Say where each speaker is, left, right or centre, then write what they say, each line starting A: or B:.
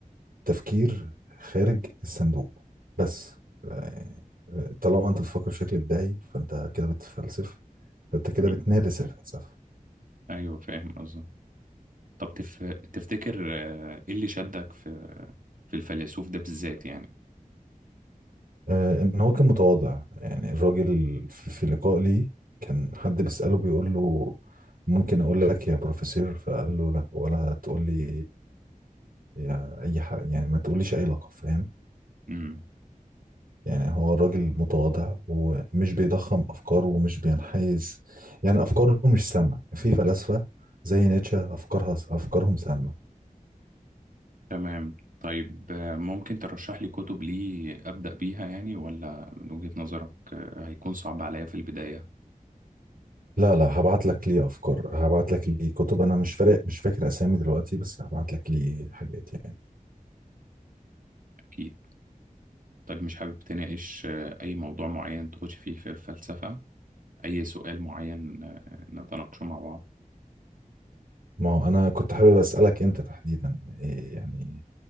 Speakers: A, on the right; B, on the right.
A: تفكير خارج الصندوق بس يعني طالما أنت بتفكر بشكل إبداعي فأنت كده بتفلسف فأنت كده
B: مم.
A: بتمارس الفلسفة
B: أيوة فاهم قصدي طب تف... تفتكر آه، إيه اللي شدك في في الفيلسوف ده بالذات يعني
A: آه، ان هو كان متواضع يعني الراجل في في لقاء ليه كان حد بيسأله بيقول له ممكن اقول لك يا بروفيسور فقال له لا ولا تقول لي يا اي حاجه يعني ما تقوليش اي لقب فاهم
B: مم.
A: يعني هو راجل متواضع ومش بيضخم افكاره ومش بينحيز يعني افكاره مش سامه في فلاسفه زي نيتشه افكارها افكارهم سامه
B: تمام طيب آه، ممكن ترشح لي كتب ليه أبدأ بيها يعني ولا من وجهة نظرك آه، هيكون صعب عليا في البداية
A: لا لا هبعت لك ليه افكار هبعت لك ليه كتب انا مش فارق مش فاكر اسامي دلوقتي بس هبعت لك ليه حاجات يعني
B: أكيد طيب مش حابب تناقش آه، أي موضوع معين تخش فيه في الفلسفة أي سؤال معين آه، نتناقشه مع بعض
A: ما هو انا كنت حابب اسالك انت تحديدا إيه يعني